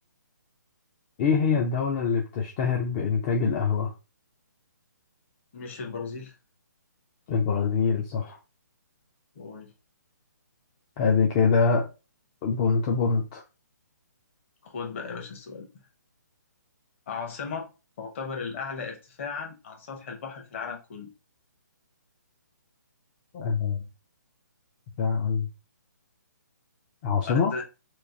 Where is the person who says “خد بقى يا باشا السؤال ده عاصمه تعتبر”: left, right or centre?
Left